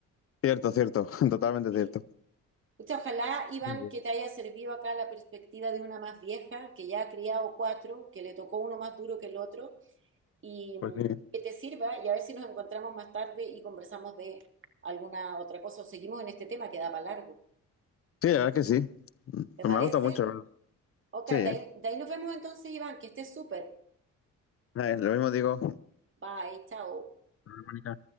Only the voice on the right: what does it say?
Sí.
Pucha, ojalá, Iván,
que te haya servido acá la perspectiva de una más vieja, que ya ha criado cuatro, que le tocó uno más duro que el otro y mm,
que te sirva y a ver si nos encontramos más tarde y conversamos de alguna otra cosa o seguimos en este tema que da para largo.
¿Te
parece?
Ok,
de ahí, de ahí nos vemos entonces, Iván, que estés súper.
Bye, chao.